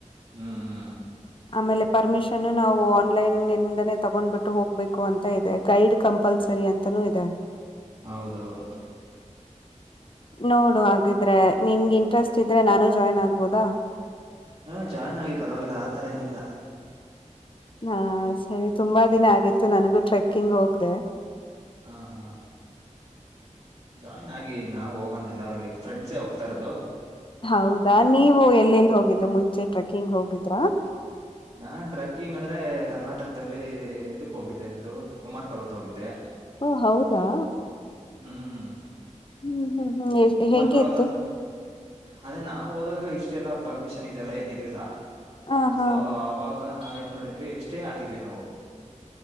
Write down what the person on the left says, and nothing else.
ಆಮೇಲೆ ಪರ್ಮಿಷನ್ ನಾವು ಆನ್ಲೈನ್ ಇಂದನೇ ತಗೊಂಡ್ಬಿಟ್ಟು ಹೋಗ್ಬೇಕು ಅಂತ ಇದೆ ಗೈಡ್ ಕಂಪಲ್ಸರಿ ಅಂತಾನೂ ಇದೆ
ನೋಡು ಹಾಗಿದ್ರೆ ನಿನ್ ಇಂಟ್ರೆಸ್ಟ್ ಇದ್ರೆ ನಾನು ಜಾಯ್ನ್ ಆಗ್ಬೋದಾ
ಹಾ ಸರಿ ತುಂಬಾ ದಿನ ಆಗಿತ್ತು ನನಗೂ ಟ್ರೆಕ್ಕಿಂಗ್ ಹೋಗ್ದ
ಹೌದಾ ನೀವು ಎಲ್ಲೆಲ್ಲಿ ಹೋಗಿದ್ರೆ ಮುಂಚೆ ಟ್ರೆಕ್ಕಿಂಗ್ ಹೋಗಿದ್ರಾ
ಓ ಹೌದಾ
ಹ್ಮ್ ಹ್ಮ್ ಹ್ಮ್
ಹೆಂಗೆ
ಇತ್ತು
ಹ ಹಾ